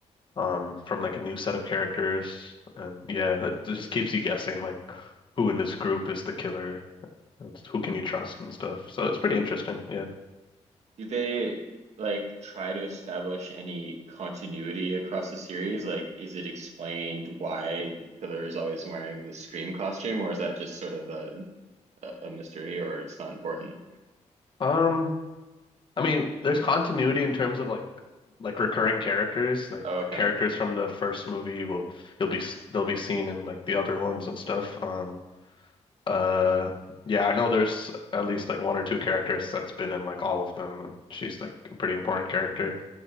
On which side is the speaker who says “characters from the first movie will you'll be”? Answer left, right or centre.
Left